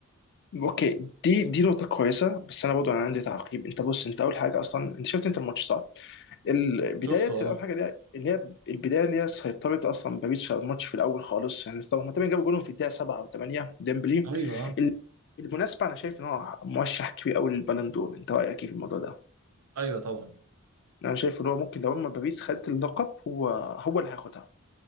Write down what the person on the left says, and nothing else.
اوكي دي دي نقطة كويسة بس انا برضو انا عندي تعقيب انت بص انت اول حاجة اصلا انت شفت انت الماتش صح؟ البداية
اول حاجة اللي هي اللي هي البداية اللي هي سيطرت اصلا باريس على الماتش في الاول خالص يعني طبعا هما تقريبا جابوا جولهم في الدقيقة 7 او 8 ديمبلي
ال- بالمناسبة انا شايف ان هو مرشح كبير قوي للبالون دور انت رأيك ايه في الموضوع ده؟
انا شايف ان هو ممكن لو اما باريس خدت اللقب هو هو اللي هياخدها